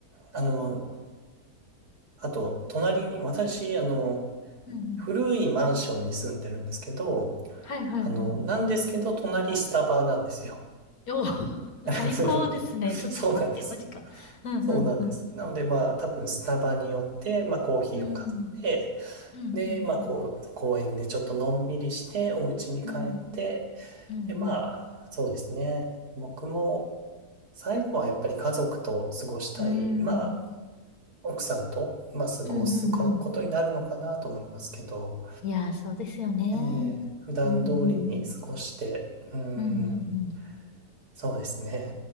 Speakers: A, on the right; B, on the left.
A: あの、あと、隣に、私、あの、
B: うんうん。
A: 古いマンションに住んでるんですけど、
B: はいはいはい。
A: あの、なんですけど、隣スタバなんですよ。
B: おー
A: <laughs>
B: <laughs> 最高ですね。ちょっと待って、
A: そうなんですよ。
B: マジか。うんうんうん。
A: そうなんです。なのでまあ多分スタバによって、まあコーヒーを買って、
B: うん。うんうんうん。
A: で、まあこう、公園でちょっとのんびりして、お家に帰って、
B: うん。うんうん。
A: で、まあそうですね。僕も最後はやっぱり家族と過ごしたい、
B: うん。
A: まあ
B: うん
A: 奥さんと、まあ過ごすことになるのかなと思いますけど、
B: うんうん。いやー、そうですよね。
A: ええ普段通りに過ごして、
B: うんうんうん。
A: うーん、
B: うんうん
A: そうですね。